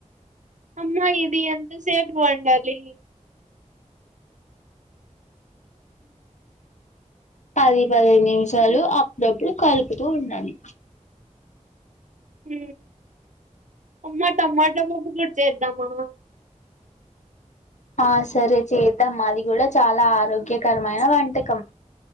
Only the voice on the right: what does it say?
అమ్మా ఇది ఎంతసేపు వండాలి
ఊ అమ్మా టమాటో పప్పు కుడా చేద్దామా